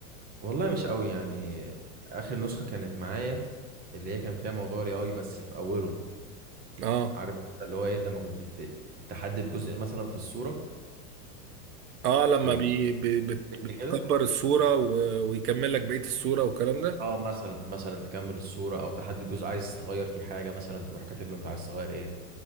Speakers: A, on the right; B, on the right.
A: والله مش قوي يعني اخر نسخه كانت معايا اللي هي كان فيها موضوع الاي اي بس في اوله
B: اه
A: عارف اللي هو ايه لما كنت ت- تحدد جزء مثلا في الصوره
B: اه لما
A: ب-
B: بي بي بت
A: بتكت
B: بتكبر
A: كده
B: الصوره و- ويكمل لك بقيه الصوره والكلام ده
A: اه مثلا مثلا تكمل الصوره او تحدد جزء عايز تغير فيه حاجه مثلا تروح كاتب له انت عايز تغير ايه